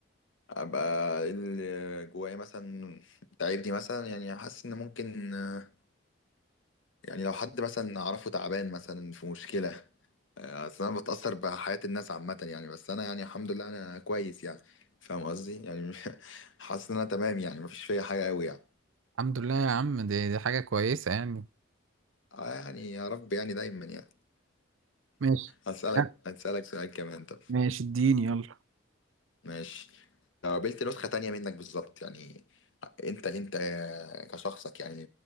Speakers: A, on the left (about 75°); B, on the right (about 85°).
A: ابقى إيه اللي جوايا مثلا تعبني مثلا يعني حاسس ان ممكن آه، يعني لو حد مثلا اعرفه تعبان مثلا في مشكلة آه، اصل انا بتأثر بحياة الناس عامة يعني بس انا يعني الحمد لله انا كويس يعني فاهم قصدي يعني <laughs> حاسس ان انا تمام يعني مفيش فيا حاجة قوي يعني
B: الحمد لله يا عم دي, دي حاجة كويسة يعني
A: آه، يعني يا رب يعني دايما يعني
B: ماشي
A: هسألك
B: ها،
A: هسألك سؤال كمان طب
B: ماشي اديني يلا
A: ماشي لو قابلت نسخة تانية منك بالظبط يعني انت انت كشخصك يعني